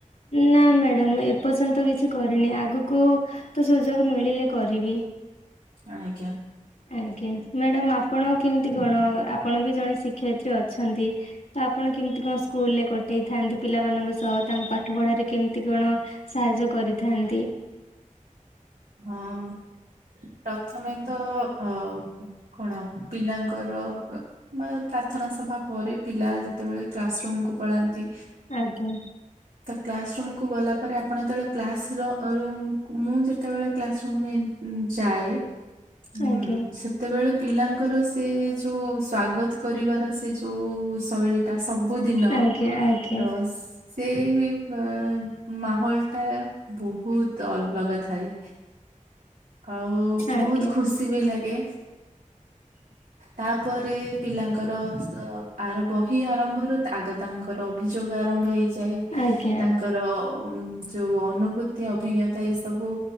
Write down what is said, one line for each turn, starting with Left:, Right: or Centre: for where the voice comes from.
Left: ନା ମ୍ୟାଡାମ ଏପର୍ଯ୍ୟନ୍ତ କିଛି କରିନି ଆଗକୁ ତ ସୁଯୋଗ ମିଳିଲେ କରିବି।
Right: ଆଜ୍ଞା।
Left: ଆଜ୍ଞା ମ୍ୟାଡ଼ାମ ଆପଣ କେମିତି କଣ ଆପଣ ବି ଜଣେ ଶିକ୍ଷୟିତ୍ରୀ ଅଛନ୍ତି ତ ଆପଣ କଣ କେମିତି କଣ ସ୍କୁଲରେ କଟେଇଥାନ୍ତି ପିଲାମାନଙ୍କ ସହ ତାଙ୍କୁ ପାଠ ପଢାରେ କେମତି କଣ ସାହାଯ୍ୟ କ କରିଥାନ୍ତି।
Right: ହଁ। ପ୍ରଥମେ ତ ଅ କଣ ପିଲାଙ୍କର ବା ପ୍ରାର୍ଥନା ସଭା ପରେ ପିଲା ଯେତେବେଳେ କ୍ଲାସ ରୁମକୁୁ ପଳାନ୍ତି।
Left: ଆଜ୍ଞା
Right: କ୍ଲାସ ରୁମ୍ କୁ ଗଲା ପରେ ଆପଣ ଯେତେବେଳେ କ୍ଲାସ ର ରୁମ୍ ମୁଁ ଯେ ଯେତେବେଳେ କ୍ଲାସ ରୁମ ମୁଁ ଏ ଯାଏ ଉନ୍
Left: ଆଜ୍ଞା
Right: ସେତେବେଳେ ପିଲାଙ୍କର ସେ ଯୋଉଁ ସ୍ଵାଗତ କରିବାର ସେ ଯୋଉଁ ଶୈଳୀ ସବୁଦିନ
Left: ଆଜ୍ଞା ଆଜ୍ଞା
Right: ର ସେଇ ଆ ମାହୋଲ ଟା ବହୁତ ଅଲଗା ଥାଏ। ଆଉ
Left: ଆଜ୍ଞା।
Right: ବହୁତ ଖୁସି ବି ଲାଗେ।
Left: <inaudible>
Right: ତାପରେ ପିଲାଙ୍କର ଆ ର ବହି ଆରମ୍ଭରୁ ଆଗ ତାଙ୍କର ଅଭିଯୋଗ ଆରମ୍ଭ ହେଇଯା ଏ
Left: ଆଜ୍ଞା
Right: ତାଙ୍କର ଯୋଉଁ ଅନୁଭୂତି ଅଭିଜ୍ଞତା ଏ ସବୁ